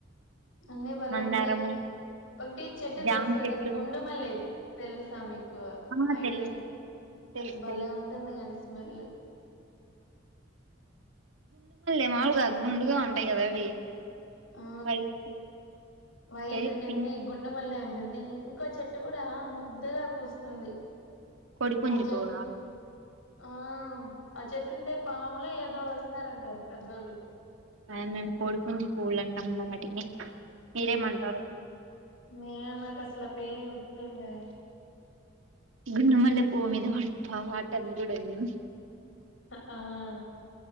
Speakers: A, on the left; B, on the right.
A: అన్నీ బళ్లే
B: మందారము
A: ఉంటాయి ఒకటి చెట్టు
B: జామ
A: తెలుసు కదా
B: చెట్లు
A: గుండు మళ్ళీ అ తెలుసా మీకు ఎక్కువ
B: ఆ
A: ఐడియా
B: తెలుసు
A: ఉంది
B: తెలుసు
A: బలే
B: తెలుసు
A: ఉంటుంది కాని స్మెల్
B: వాలు గ్గుండుగా ఉంటాయి కదా అవి
A: ఆ
B: వైట్
A: వైట్
B: ఏది
A: ఉండింది
B: పింక్
A: గుండుె మల్ళ అం ఉంటుంది ఇంకా చెట్టు కూడా ముద్ద్దగా పూస్తుంది
B: కోడిపుంజుకోవ
A: ఆ చెట్ ఆ ఆ చెట్టుంటే పాములొ ఎో వస్తారంటారు పెద్దళ్ళు
B: అద మేము కోడి పుంజు పూలుంటాము వాటిని మీరేమంటారు
A: మ నా కసి సల పేరే గుర్తులేదా
B: గున్నమల్ పూ మీద వప ఆటా ని
A: ఆ